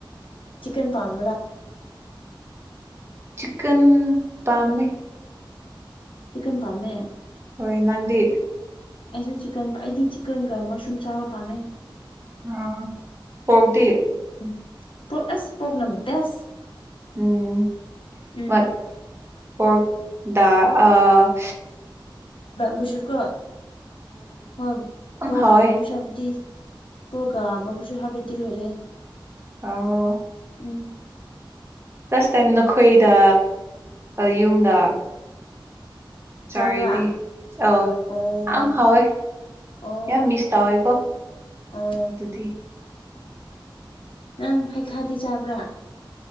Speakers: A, on the left (about 80°); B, on the right (about 30°).
A: ꯆꯤꯛꯦꯟ ꯄꯥꯝ
B: ꯆꯛꯟ ꯄꯃꯦ꯫
A: ꯆꯤꯛꯀꯟ ꯄꯥꯝꯃꯦ
B: ꯍꯣꯏ ꯅꯪꯗꯤ
A: ꯑꯩꯁꯨ ꯆꯤꯛꯀꯟ ꯑꯩꯗꯤ꯫ ꯀ ꯀ ꯃꯁꯔꯨꯝꯝ ꯆꯥꯕ ꯄꯥꯃꯦ꯫
B: ꯑ ꯍꯗꯤ꯫
A: ꯎꯝ ꯄꯣꯛ ꯑꯁ ꯄꯣꯛꯅ ꯕꯦꯁ
B: ꯎꯝ
A: ꯎꯝ
B: ꯃ ꯄꯗꯥ ꯑ
A: ꯕꯨꯁꯨꯔꯀꯣ ꯍꯣꯏ
B: ꯌꯥꯝ
A: ꯄꯣꯔꯒꯝꯕꯕꯨꯁꯥꯃꯗꯤ꯫
B: ꯍꯥꯎꯋꯦ
A: ꯄ꯭ꯔꯣꯒꯥꯝ ꯑꯃꯁꯨ ꯍꯥꯐꯦ ꯇꯤꯜꯂꯨꯔꯦ꯫
B: ꯑꯣꯥꯎ
A: ꯎꯝ
B: ꯇꯥꯏꯝ ꯅꯈꯣꯏꯗ ꯌꯨꯝꯗ ꯆꯥꯔꯤꯗꯤ
A: ꯆꯥꯕ꯭ꯔꯥ
B: ꯑ
A: ꯑꯣ
B: ꯌꯥꯝ ꯍꯥꯎꯋꯦ
A: ꯑꯣ
B: ꯌꯥꯝ ꯃꯤꯁ ꯇꯧꯋꯦꯀꯣ
A: ꯑꯣ
B: ꯑꯗꯨꯗꯤ
A: ꯅꯪ ꯍꯥꯏꯩꯈꯥꯗꯤ ꯆꯥꯕ꯭ꯔꯥ